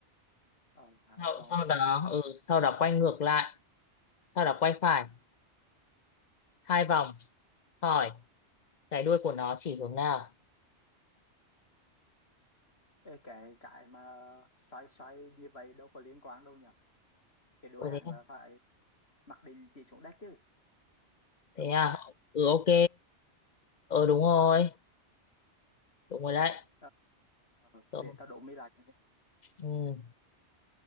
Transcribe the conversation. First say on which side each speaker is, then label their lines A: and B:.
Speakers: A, on the left; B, on the left.
A: ờ, hai
B: sau,
A: vòng
B: sau đó
A: Ok,
B: ừ, sau đó quay ngược lại, sau đó quay phải. hai vòng hỏi cái đuôi của nó chỉ hướng nào
A: Ê, cái cái mà xoay xoay như vậy đâu có liên quan đâu nhỉ cái đuôi
B: ôi
A: hẳn
B: thế à?
A: là phải mặc định chỉ xuống đất chứ
B: thế
A: đúng
B: à
A: không
B: ừ ok ờ đúng rồi
A: ờ,
B: đúng rồi đấy
A: ờ, ờ,
B: ừ.
A: để tao đổ mi lại cái này.
B: Ừ.